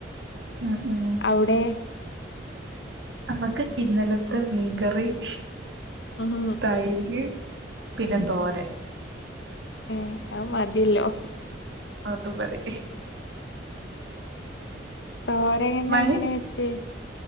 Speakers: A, on the right; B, on the left.
A: ഉം, ഉം.
B: അവ്ടേ?
A: അമ്മക്ക് ഇന്നലത്തെ മീൻകറിം,
B: ഉം
A: തൈര് പിന്നെ തോരൻ
B: ഉം. അഹ് മതില്ലോ?
A: അതു മതി.
B: തോരേനെങ്ങനെ
A: മഴ
B: വെച്ചേ?